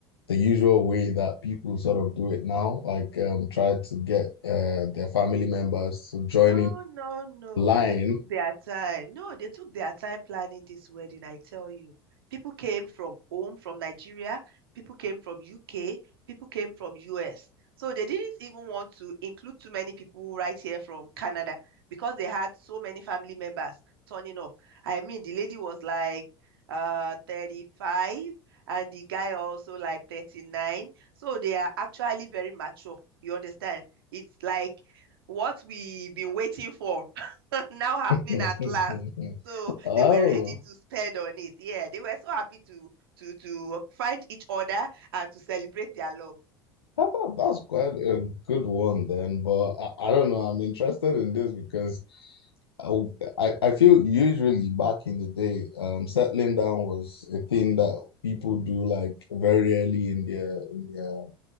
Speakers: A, on the left (about 80°); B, on the right (about 70°).
A: the usual way that people sort of do it now? Like um, try to get uh, their family members to join
B: No,
A: in
B: no, no.
A: line.
B: They took their time. No, they took their time planning this wedding, I tell you. People came from home, from Nigeria, people came from UK, people came from US. So they didn't even want to include too many people right here from Canada because they had so many family members turning up. I mean, the lady was like uh 35 and the guy also like 39. So they are actually very mature. You understand? It's like what we've been waiting for <laughs> now happening
A: <laughs>
B: at last. So
A: Oh.
B: they were ready to spend on it. Yeah, they were so happy to to to find each other and to celebrate their love.
A: That, that, that's quite a good one then, but I, I don't know. I'm interested in this because I, I I feel usually back in the day, um, settling down was a thing that people do like very early in their in their